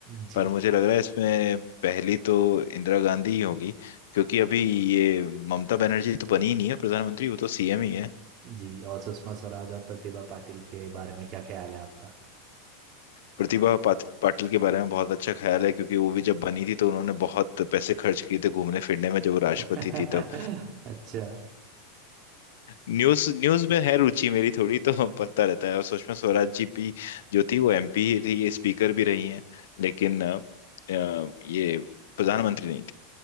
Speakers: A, on the right (about 35°); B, on the left (about 80°).
A: जी
B: पर मुझे लग रहा है इसमें पहली तो इंदिरा गांधी ही होगी क्योंकि अभी ये ममता बनर्जी तो बनी ही नहीं है प्रधानमंत्री वो तो सीएम ही है
A: जी और सुषमा स्वराज और प्रतिभा पाटिल के बारे में क्या ख्याल है आपका
B: प्रतिभा पात- पाटिल के बारे में बहुत अच्छा ख्याल है क्योंकि वो भी जब बनी थी तो उन्होंने बहुत पैसे खर्च किए थे घूमने फिरने में जब वो राष्ट्रपति
A: <laughs>
B: थी तब
A: अच्छा
B: न्यूज न्यूज में है रुचि मेरी थोड़ी तो <laughs> पता रहता है और सुषमा स्वराज जी भी जो थी वो एमपी ही थी ये स्पीकर भी रही हैं लेकिन अ, अ, ये प्रधानमंत्री नहीं